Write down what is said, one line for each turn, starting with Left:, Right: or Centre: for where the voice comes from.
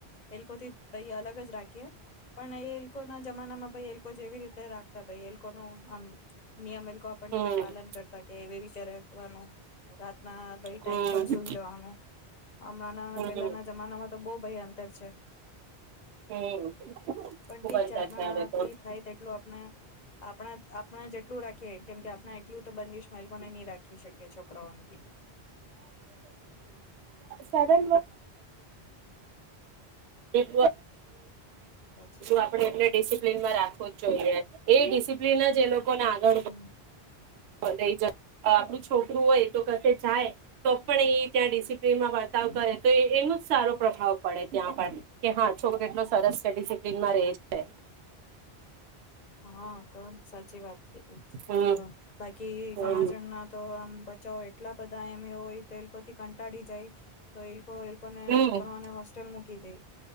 Left: એ લોકોથી ભ અલગ જ રાખીએ પણ એ લોકો ના જમાનામાં ભ એ લોકો જેવી રીતે રાખતા એ લોકો ન આમ નિયમ એ આપણને
Right: હમ
Left: પાલન કરતા વિચવાનું રા ભાઈ ટાઈમ
Right: હમ
Left: પર સુું જવાનું હમણાં
Right: હમ
Left: પેલાના જમાનામાં તો બઉ ભય ઉતર છે
Right: હમ
Left: પણ
Right: ખૂબંદ
Left: ઠીક છે આપણાથી
Right: આવે તો
Left: થાય તેટલું આપણા આપણા જ જેટલું રાખીએ કેમ કે આપણા એટલું તો બંધશ માને નહી રાખી શકે છોકરાઓને બી
Right: કાર સા હા એું
Left: સાચી
Right: આપડે એડ ડિસપ્લનમાં રાખવું જ જોઈએ એ ડિસિપ્લન કોને આગળ
Left: હમ
Right: જ આપણું છોકરું હોય તો કસે જાય તો પણ એ ત્યાં ડિસિપ્લિનમાં વર્તાવ કરે તો એનો જ સારો પ્રભાવ પડે ત્યાં પર કે હા છોક કેટલો સરસ છે ડિસિપ્લીિનમાં રહેશે
Left: હા તો સાચી વાત
Right: હમ
Left: તો બાકી
Right: હમ
Left: ઘણા જણના તો આમ બચાવો એટલા બધા એ હોય તો એ લોકોથી કંટાળ જાય તો એ લોકો ને
Right: હમ
Left: છોકરાને હોસ્ટેલ કી દઈ